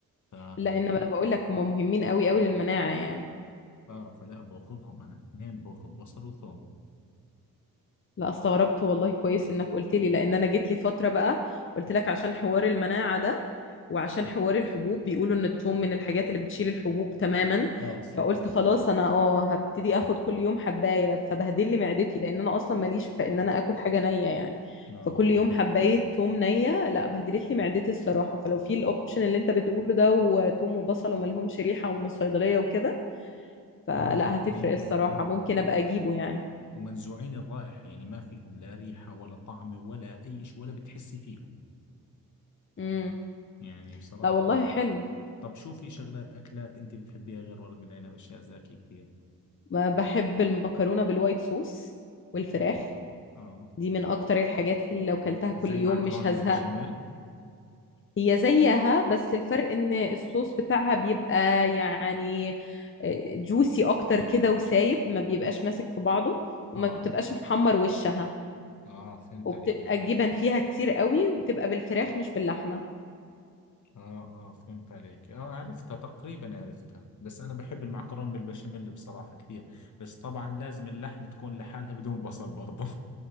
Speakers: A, on the left (about 55°); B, on the left (about 35°).
A: ف
B: لا انما انا بقول لك هما مهمين قوي قوي للمناعة يعني
A: اه فلا باخذهم انا اثنين باخذ بصل وثوم
B: لا استغربت والله كويس انك قلت لي لان انا جيت لي فتره بقى قلت لك عشان حوار المناعه ده وعشان حوار الحبوب بيقولوا ان الثوم من الحاجات اللي بتشيل الحبوب تماما
A: اه صح
B: فقلت خلاص انا اه هبتدي اخد كل يوم حبايه فبهدل لي معدتي لان انا اصلا ماليش في ان انا اكل حاجه نيه يعني
A: اه
B: فكل يوم حبايه ثوم نيه لا بهدلت لي معدتي الصراحه فلو في الاوبشن اللي انت بتقوله ده وثوم وبصل وملهمش ريحه ومن الصيدليه وكده فلا
A: اه موجودين
B: هتفرق
A: من
B: الصراحه
A: زمان
B: ممكن ابقى اجيبه يعني
A: ومنزوعين الرائحة يعني ما فيهم لا ريحة ولا طعم ولا اي شيء ولا بتحسي فيهم
B: امم
A: يعني بصراحة
B: لا والله حلو
A: طب شو في شغلات أكلات أنت بتحبيها غير ورق العنب أشياء زاكية كثير
B: ما بحب المكرونة بالوايت صوص والفراخ
A: حلو آه
B: دي من اكتر الحاجات اللي
A: يعني
B: لو كلتها كل
A: زي
B: يوم
A: معكرونة
B: مش هزهق
A: بالبشاميل
B: هي زيها بس الفرق ان الصوص بتاعها بيبقى يعني جوسي اكتر كده وسايب ما بيبقاش ماسك في بعضه وما
A: اه
B: بتبقاش محمر وشها
A: اه فهمت
B: وبتبقى
A: عليك
B: الجبن فيها كتير قوي وبتبقى بالفراخ مش باللحمة
A: آه آه فهمت عليك آه عرفتها تقريبا عرفتها بس أنا بحب المعكرونة بالبشاميل بصراحة كثير بس طبعا لازم اللحم تكون لحالها بدون بصل برضه